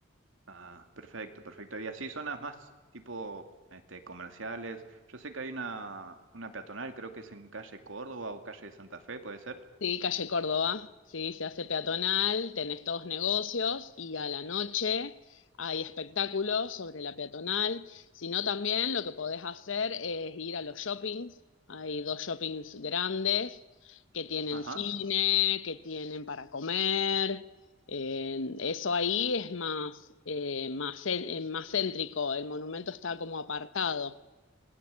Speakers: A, on the right (about 75°); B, on the left (about 75°).
A: Ah, perfecto, perfecto. Y así zonas más tipo este, comerciales. Yo sé que hay una, una peatonal, creo que es en calle Córdoba o calle Santa Fe, ¿puede ser?
B: Sí, calle Córdoba, sí, se hace peatonal, tenés todos negocios y a la noche hay espectáculos sobre la peatonal, sino también lo que podés hacer es ir a los shoppings, hay dos shoppings grandes que tienen
A: Ajá.
B: cine, que tienen para comer, eh, eso ahí es más, eh, más, cen- eh, más céntrico, el monumento está como apartado,